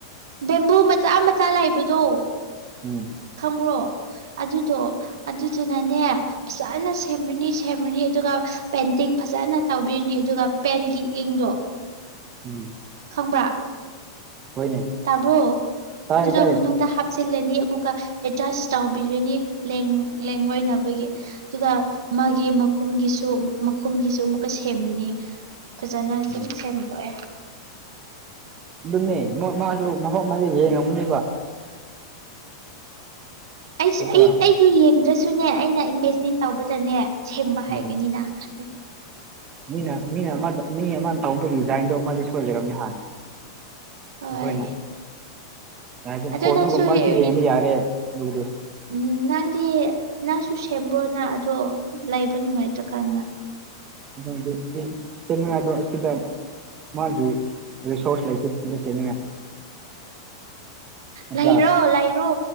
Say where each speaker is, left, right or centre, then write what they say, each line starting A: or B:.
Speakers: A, on the right (about 80°); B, on the right (about 30°).
A: ꯕꯦꯝꯕꯨ ꯃꯆꯥ ꯃꯆꯥ ꯂꯩꯕꯗꯣ
B: ꯎꯝ
A: ꯈꯪꯕ꯭ꯔꯣ ꯑꯗꯨꯗꯣ ꯑꯗꯨꯗꯨꯅꯅꯦ ꯐꯖꯅ ꯁꯦꯝꯃꯅꯤ ꯁꯦꯝꯃꯅꯤ ꯑꯗꯨꯒ ꯄꯦꯟꯇꯤꯡ ꯐꯖꯅ ꯇꯧꯕꯤꯔꯅꯤ ꯑꯗꯨꯒ ꯄꯦꯟꯒꯤ ꯏꯪꯗꯣ
B: ꯎꯝ
A: ꯈꯪꯕ
B: ꯍꯣꯏꯅꯦ
A: ꯇꯥꯕ꯭ꯔꯣ
B: ꯇꯥꯏ
A: ꯑꯗꯨꯗꯣ
B: ꯇꯥꯏ
A: ꯃꯅꯨꯡꯗ ꯍꯥꯞꯆꯤꯜꯂꯅꯤ ꯑꯃꯨꯛꯀ ꯑꯦꯗꯖꯥꯁ ꯇꯧꯕꯤꯔꯅꯤ ꯂꯦꯡꯡꯂꯣꯏꯅꯕꯒꯤ ꯑꯗꯨꯒ ꯃꯥꯒꯤ ꯃꯈꯨꯝꯒꯤꯁꯨ ꯃꯈꯨꯝꯒꯤꯁꯨ ꯑꯃꯨꯛꯀ ꯁꯦꯝꯃꯅꯤ ꯐꯖꯅ ꯑꯗꯨꯝ
B: ꯎꯝ
A: ꯁꯦꯝꯦꯡꯗꯣꯛꯑꯦ
B: ꯑꯗꯨꯅꯤ ꯃ ꯃꯥꯁꯨ ꯃꯐꯝ ꯍꯥꯏꯗ ꯌꯦꯡꯉꯝꯒꯨꯅꯦꯕ
A: ꯑꯩꯁꯨ
B: ꯅꯠꯇ꯭ꯔꯥ
A: ꯑꯩ ꯑꯩꯗꯤ ꯌꯦꯡꯗ꯭ꯔꯁꯨꯅꯦ ꯑꯩꯅ ꯏꯃꯦꯖꯤꯟ ꯇꯧꯕꯗꯅꯦ ꯁꯦꯝꯕ
B: ꯎꯝ
A: ꯍꯥꯏꯒꯅꯤꯅ ꯈꯜ
B: ꯃꯤꯅ ꯃꯤꯅ ꯑꯃ ꯃꯤ ꯑꯃꯅ ꯇꯧꯕꯒꯤ ꯗꯤꯖꯥꯏꯟꯗꯣ ꯑꯃꯗꯤꯗꯨ ꯁꯣꯏꯖꯔꯕꯅꯤ ꯍꯥꯟꯅ
A: ꯍꯣꯏ
B: ꯈꯣꯏꯅ ꯀ
A: ꯑꯗꯣ
B: ꯐꯣꯟꯗꯨꯒꯨꯝꯕꯁꯨ
A: ꯅꯪꯁꯨ ꯑ
B: ꯌꯦꯡꯕ ꯌꯥꯔꯦ ꯑꯗꯨꯗꯤ
A: ꯎꯝ ꯅꯪꯗꯤ ꯅꯪꯁꯨ ꯁꯦꯝꯕ꯭ꯔꯣꯅ ꯑꯗꯣ ꯂꯩꯕ ꯅꯨꯡꯉꯥꯏꯇ꯭ꯔꯀꯥꯟꯗ
B: ꯑꯗꯨꯗꯤ ꯆꯟꯅꯗ ꯁꯤꯗ ꯃꯥꯒꯤ ꯔꯤꯁꯣꯔꯁ ꯂꯩꯇꯦ ꯁꯤꯗ ꯆꯦꯟꯅꯤꯉꯥꯏ ꯅꯠꯇ꯭ꯔꯥ
A: ꯂꯩꯥꯏꯔꯣ ꯂꯥꯏꯔꯣ